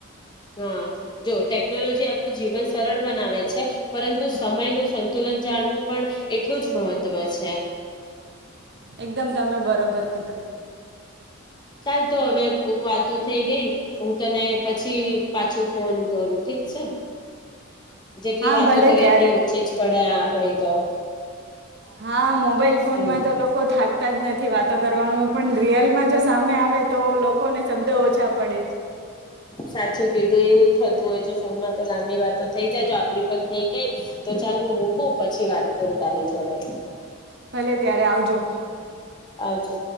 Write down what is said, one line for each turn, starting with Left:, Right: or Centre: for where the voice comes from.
Left: હા જો ટેકનોલોજી આપણું જીવન સરળ બનાવે છે પરંતુ સમય નું સંતુલન જાણવું પણ એટલું જ મહત્વ છે
Right: એકદમ તમે બરોબર કીધું
Left: ચાલ તો હવે બ વાતો થઈ ગઈ હું તને પછી પાછું ફોન કરું ઠીક છે જેટલી
Right: હા
Left: વાતો
Right: ભલે
Left: કરે
Right: ત્યારે
Left: એટલી ઓછી જ પડે આ આપડી તો
Right: હા મોબાઈલ ફોનમાં
Left: હમ
Right: તો લોકો થાકતા જ નથી વાતો કરવા રય જો સામે આવે તો લોકો ને શબ્દ ઓછા પડે
Left: સાચું કીધું એવું જ થતું હોય છે ફોનમાં તો લાંબી વાતો થઈ જાય જો આપડી થઈ ગઈ તો ચાલ હું મૂકું પછી વાત કરું તારી જોડે
Right: ભલે ત્યારે આવજો
Left: આવછો